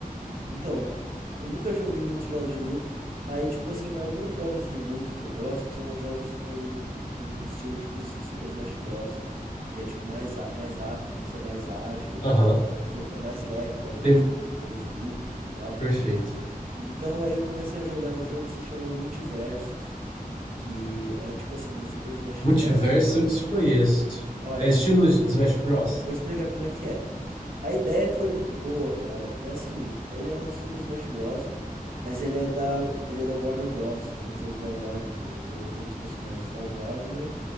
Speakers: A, on the right; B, on the left.
A: Então, eu nunca joguei muitos jogos de luta. Aí, tipo assim, alguns jogos de luta que eu gosto são os jogos com um estilo tipo S- Super Smash Bros. Que é tipo mais, á- mais rápido, você é mais ágil,
B: Aham,
A: você é mais leve, pode dar
B: tem...
A: tipo pulos duplos e tal.
B: perfeito.
A: Então aí eu comecei a jogar um jogo que se chama Multiversus, que é tipo assim, um Super Smash
B: Multiverso
A: Bros.
B: eu desconheço.
A: Olha,
B: É estilo
A: eu,
B: Smash Bros.
A: Vou te explicar como é que é. A ideia foi muito boa, cara. É assim, ele é um Super Smash Bros, mas ele é da ele é da Warner Bros. Ele é um jogo da Warner, né? Então ele tem os personagens da Warner